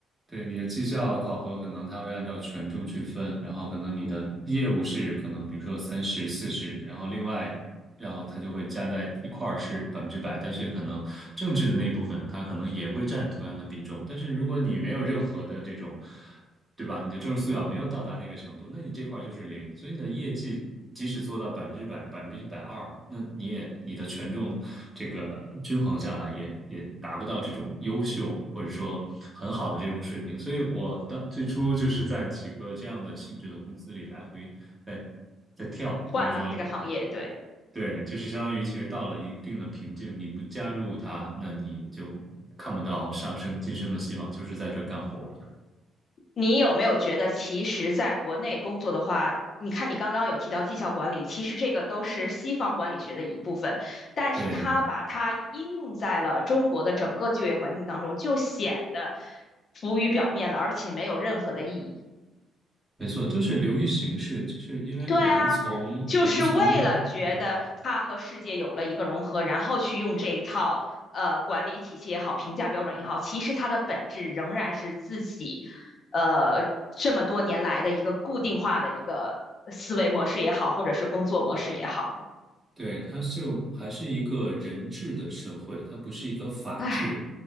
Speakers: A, on the right; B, on the left.
A: 对，你的绩效考核可能它会按照权重去分，然后可能你的业务是可能比如说三十、四十，然后另外，然后它就会加在一块儿是百分之百，但是可能政治的那一部分它可能也会占同样的比重，但是如果你没有任何的这种对吧？你的政治素养没有到达那个程度，那你这块儿就是零，所以你的业绩即使做到百分之百、百分之一百二，那你也你的权重这个均衡下来也也达不到这种优秀或者说很好的这种水平。所以我当最初就是在几个这样的性质的公司里来回在在跳，
B: 换了这个行业，
A: 所以说
B: 对。
A: 对，就是相当于其实到了一定的瓶颈，你不加入它，那你就看不到上升晋升的希望，就是在这儿干活。
B: 你有没有觉得，其实在国内工作的话，你看你刚刚有提到绩效管理，其实这个都是西方管理学的一部分，但是它把它应用在了中国的整个就业环境当中，
A: 对，
B: 就显得浮于表面了，而且没有任何的意义。
A: 没错，就是流于形式，就是因为我们从我们从嗯，
B: 对啊，就是为了觉得他和世界有了一个融合，然后去用这一套呃管理体系也好，评价标准也好，其实它的本质仍然是自己呃这么多年来的一个固定化的一个思维模式也好，或者是工作模式也好，
A: 对，它就还是一个人治的社会，它不是一个法治，
B: 唉。